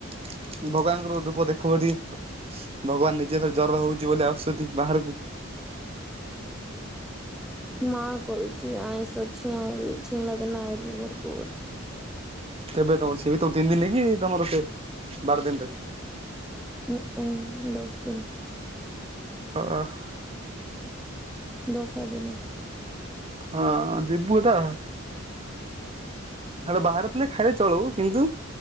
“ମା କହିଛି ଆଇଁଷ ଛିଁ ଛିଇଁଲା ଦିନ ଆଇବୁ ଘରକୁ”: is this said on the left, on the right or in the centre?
Centre